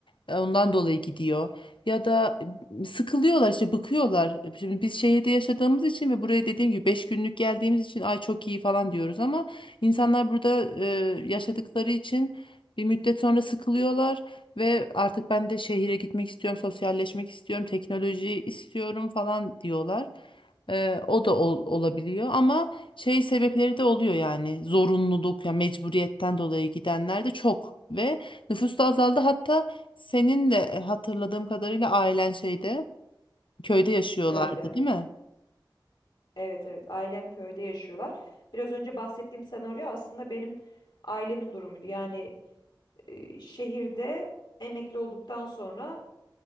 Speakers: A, on the left; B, on the left.
A: E, Ondan dolayı gidiyor. Ya da sıkılıyorlar işte bıkıyorlar. Şimdi biz şehirde yaşadığımız için ve buraya dediğim gibi 5 günlük geldiğimiz için ay çok iyi falan diyoruz ama insanlar burada e, yaşadıkları için bir müddet sonra sıkılıyorlar. Ve artık ben de şehire gitmek istiyorum, sosyalleşmek istiyorum, teknolojiyi istiyorum falan diyorlar. Ee, o da ol- olabiliyor ama şey sebepleri de oluyor yani zorunluluk ya mecburiyetten dolayı gidenler de çok ve nüfus da azaldı. Hatta senin de e, hatırladığım kadarıyla ailen şeyde köyde yaşıyorlardı,
B: Köyde.
A: değil mi?
B: Evet evet ailem köyde yaşıyorlar. Biraz önce bahsettiğim senaryo aslında benim ailemin durumuydu. Yani e, şehirde emekli olduktan sonra